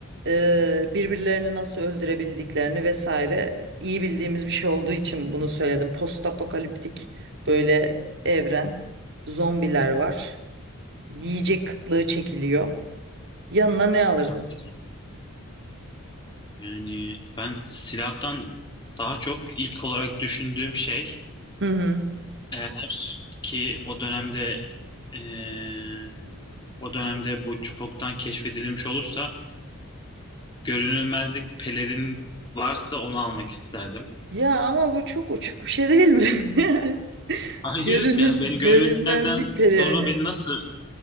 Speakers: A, on the right; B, on the left.
A: e, birbirlerini nasıl öldürebildiklerini vesaire iyi bildiğimiz bir şey olduğu için bunu söyledim. Post apokaliptik böyle evren, zombiler var, yiyecek kıtlığı çekiliyor. Yanına ne alırdın?
B: Tabii ki. Yani ben silahtan daha çok ilk olarak düşündüğüm şey
A: Hı hı.
B: eğer ki o dönemde eee, o dönemde bu çoktan keşfedilmiş olursa görünülmezlik pelerin varsa onu almak isterdim.
A: Ya ama bu çok uçuk bir şey değil mi? <laughs>
B: Hayır
A: Görünür
B: yani beni
A: görünmezlik
B: göremediklerden
A: pelerini.
B: sonra beni nasıl